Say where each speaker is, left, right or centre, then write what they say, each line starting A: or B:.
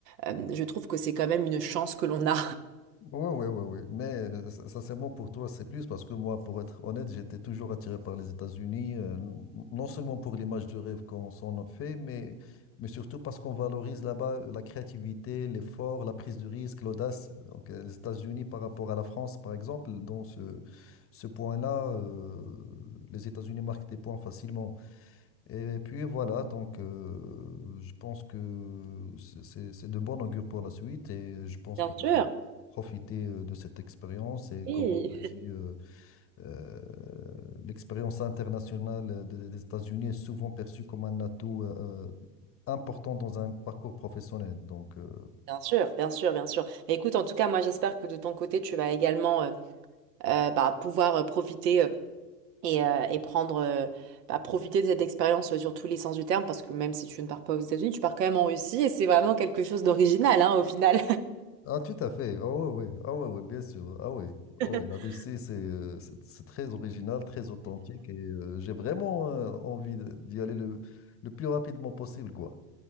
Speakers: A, on the right; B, on the left.
A: Euh, je trouve que c'est quand même une chance que l'on a.
B: Ouais, ouais, ouais, ouais. Mais euh, sin- sincèrement, pour toi, c'est plus parce que moi, pour être honnête, j'étais toujours attiré par les États-Unis, euh, n- non seulement pour l'image de rêve qu'on s'en a fait, mais, mais surtout parce qu'on valorise là-bas euh, la créativité, l'effort, la prise de risque, l'audace. Donc, euh, les États-Unis par rapport à la France, par exemple, dans ce, ce point-là, euh, les États-Unis marquent des points facilement. Et puis voilà, donc euh, je pense que c'est c'est- c'est de bon augure pour la suite et je pense que tu
A: Sûr,
B: vas profiter euh, de cette expérience. Et
A: Oui.
B: comme on a dit, euh, euh, l'expérience internationale de- des États-Unis est souvent perçue comme un atout euh, euh, important dans un parcours professionnel. Donc euh,
A: Bien sûr, bien sûr, bien sûr. Mais écoute, en tout cas, moi, j'espère que de ton côté, tu vas également euh, euh, bah, pouvoir euh, profiter. euh, et, euh, et prendre, euh, bah, profiter de cette expérience euh, sur tous les sens du terme, parce que même si tu ne pars pas aux États-Unis, tu pars quand même en Russie et c'est vraiment quelque chose d'original, hein, au final.
B: Ah, tout à fait. Ah ouais, ouais. Ah ouais, ouais, bien sûr. Ah ouais. Ouais,
A: <laughs>
B: ouais, la Russie, c'est euh, c'est c'est très original, très authentique et euh, j'ai vraiment euh, envie de- d'y aller le, le plus rapidement possible, quoi.